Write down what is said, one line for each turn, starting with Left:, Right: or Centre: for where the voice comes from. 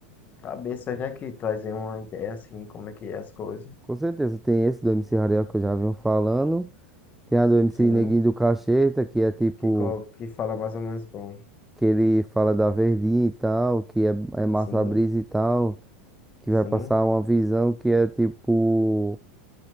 Left: cabeças, né? Que trazem uma ideia assim, como é que é as coisas.
Centre: Com certeza tem esse do MC Rariel que eu já venho falando. Tem a do MC
Left: Sim.
Centre: Neguinho do Cacheta, que é tipo.
Left: Que, co- que fala mais ou menos como.
Centre: que ele fala da Verdinha e tal, que é, é massa
Left: Sim,
Centre: brisa e tal, que
Left: sim,
Centre: vai passar uma visão que é tipo